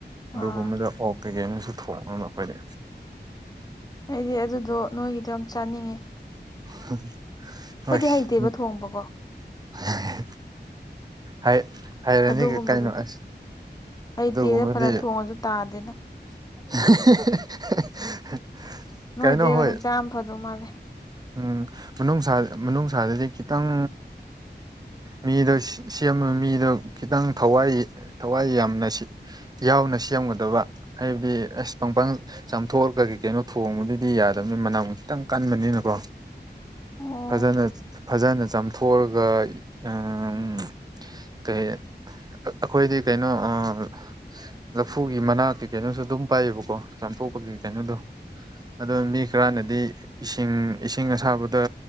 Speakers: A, on the right (about 20°); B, on the left (about 20°).
A: ꯑꯗꯨꯒꯨꯝꯕꯗꯣ
B: ꯑꯥ
A: ꯑꯣꯛ ꯀꯩꯀꯩꯅꯣꯁꯨ ꯊꯣꯡꯉꯦꯕ ꯑꯈꯣꯏꯗꯤ
B: ꯑꯩꯗꯤ ꯑꯗꯨꯗꯣ ꯅꯣꯏꯒꯤꯗꯣ ꯌꯥꯝ ꯆꯥꯅꯤꯡꯉꯦ
A: <unintelligible>
B: ꯑꯩꯈꯣꯏꯗꯤ
A: ꯍꯣꯏ
B: ꯍꯩꯇꯦꯕ
A: ꯎꯝ
B: ꯊꯣꯡꯕꯀꯣ
A: <unintelligible> ꯍꯥꯏ ꯍꯩꯔꯅꯤꯒ
B: ꯑꯗꯨꯒꯨꯝꯕꯗꯨꯗꯤ
A: ꯀꯩꯅꯣ ꯑꯁ
B: ꯍꯩꯇꯦꯗ
A: ꯑꯗꯨꯒꯨꯝꯕꯗꯤ
B: ꯐꯅ ꯊꯣꯡꯉꯁꯨ ꯇꯥꯗꯦꯅ
A: <unintelligible>
B: ꯅꯣꯏꯗꯩ
A: ꯀꯩꯅꯣ
B: ꯑꯣꯏꯅ
A: ꯍꯣꯏ
B: ꯆꯥꯝ ꯐꯗꯧ ꯃꯥꯜꯂꯦ
A: ꯎꯝ ꯃꯅꯨꯡꯁꯥ ꯃꯅꯨꯡꯁꯥꯗꯗꯤ ꯈꯤꯇꯪ ꯃꯤꯗꯣ ꯁꯤ ꯁꯦꯝꯕ ꯃꯤꯗꯣ ꯈꯤꯇꯪ ꯊꯋꯥꯏ ꯊꯋꯥꯏ ꯌꯥꯝꯅ ꯁꯤ ꯌꯥꯎꯅ ꯁꯦꯝꯒꯗꯕ ꯍꯥꯏꯕꯗꯤ ꯑꯁ ꯄꯪꯄꯪ ꯆꯥꯝꯊꯣꯛꯑꯒ ꯀꯩ ꯀꯩꯅꯣ ꯊꯣꯡꯕꯗꯨꯗꯤ ꯌꯥꯗꯕꯅꯤꯅ ꯃꯅꯝ ꯈꯤꯇꯪ ꯀꯟꯕꯅꯤꯅꯀꯣ
B: ꯑꯣ
A: ꯐꯖꯅ ꯐꯖꯅ ꯆꯝ ꯐꯣꯔꯒ ꯑꯎꯝ ꯀꯩ ꯑꯩꯈꯣꯏꯗꯤ ꯀꯩꯅꯣ ꯑꯥ ꯂꯐꯨꯒꯤ ꯃꯅꯥꯀꯤ ꯀꯩꯅꯣꯁꯨ ꯑꯗꯨꯝ ꯄꯥꯏꯌꯦꯕꯀꯣ ꯆꯥꯝꯊꯣꯛꯄꯒꯤ ꯀꯩꯅꯣꯗꯣ ꯑꯗꯣ ꯃꯤ ꯈꯔꯅꯗꯤ ꯏꯁꯤꯡ ꯏꯁꯤꯡ ꯑꯁꯥꯕꯗ